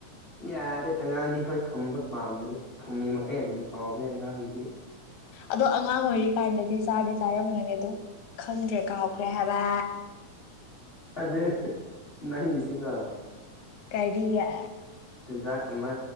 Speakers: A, on the left; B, on the left.
A: ꯌꯥꯔꯦ ꯑꯉꯥꯡꯗꯤ ꯍꯣꯏ ꯊꯨꯝꯕ ꯄꯥꯝꯕꯅꯦ ꯊꯨꯝꯃꯤ ꯃꯈꯩ ꯑꯗꯨꯝ ꯍꯥꯎꯕꯅꯦ ꯑꯉꯥꯡꯒꯤꯗꯤ
B: ꯑꯗꯣ ꯑꯉꯥꯡ ꯑꯣꯏꯔꯤ ꯀꯥꯟꯗꯗꯤ ꯆꯥꯗꯤ ꯆꯥꯔꯝꯒꯅꯤ ꯑꯗꯣ ꯈꯪꯗ꯭ꯔꯦ ꯀꯥꯎꯈ꯭ꯔꯦ ꯍꯥꯏꯕ
A: ꯑꯗ ꯅꯪꯒꯤꯁꯦꯀꯣ
B: ꯀꯔꯤꯌꯥ
A: ꯆꯨꯖꯥꯛ ꯑꯃ